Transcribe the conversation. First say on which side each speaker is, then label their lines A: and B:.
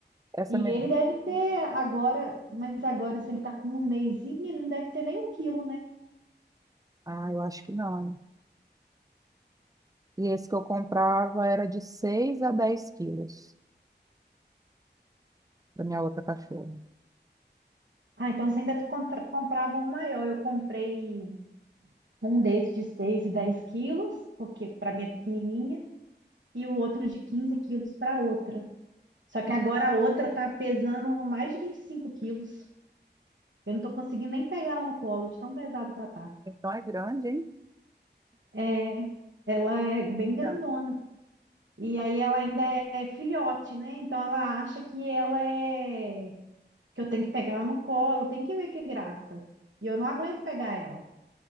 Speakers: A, on the right; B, on the right.
A: Essa
B: E
A: me...
B: ele deve ter agora, mas agora, se ele tá com um mesinho, ele não deve ter nem um quilo, né?
A: Ah, eu acho que não. né? E esse que eu comprava era de 6 a 10 quilos da minha outra cachorra.
B: Ah, então você ainda contra- comprava um maior. Eu comprei um desse de 6 e 10 quilos, porque para minha pequenininha, e o outro de 15 quilos para outra. Só que agora a outra tá pesando mais de 25 quilos. Eu não tô conseguindo nem pegar ela no colo, de tão pesado que ela tá.
A: Então é grande, hein?
B: É, ela é bem grandona.
A: Tá.
B: E aí ela ainda é filhote, né? Então ela acha que ela é que eu tenho que pegar ela no colo, tem que ver que graça. E eu não aguento pegar ela.